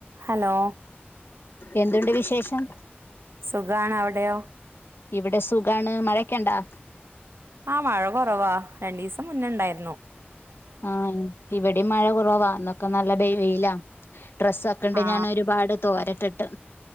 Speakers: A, on the right; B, on the left.
A: Hello
B: എന്തുണ്ട് വിശേഷം
A: സുഖണ അവിടെയോ
B: ഇവിടെ സുഖാണ്. മഴേക്കെ ഒണ്ടാ?
A: ആ മഴ കൊറവാ. രണ്ടു ദീസം മുന്നേ ഒണ്ടായിരുന്നു.
B: ആഹ് ഇവിടേം മഴ കൊറവാ. ഇന്നൊക്കെ നല്ല ബെ വെയിലാ. ഡ്രസ്സൊക്കെ ഒണ്ട്
A: ആ
B: ഞാൻ ഒരുപാട് തോരട്ടിട്ട്.